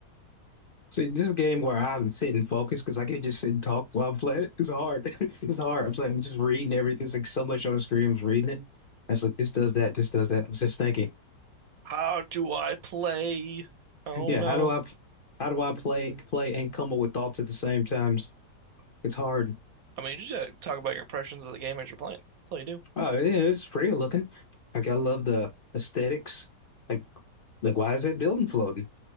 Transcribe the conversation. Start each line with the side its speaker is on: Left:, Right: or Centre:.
Left: See, this is a game where I have to sit and focus because I can't just sit and talk while I'm playing it. It's hard. <laughs> It's hard. I'm like, I'm just reading everything. It's like so much on the screen. I'm just reading it. It's like this does that, this does that. I'm just thinking,
Right: How do I play? Oh
Left: yeah,
Right: no.
Left: how do I, how do I play, play and come up with thoughts at the same times? It's hard.
Right: I mean, you just gotta talk about your impressions of the game as you're playing. That's all you do.
Left: Oh, yeah, it's pretty looking. Like I love the aesthetics. Like, like why is that building floating?